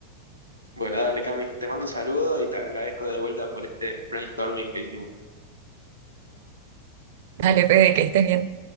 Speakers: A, on the right; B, on the right.
A: Bueno, dale, Cami, te mando un saludo y te agradezco de vuelta por este brainstorming que hicimos.
B: Dale, Fede, que estés bien.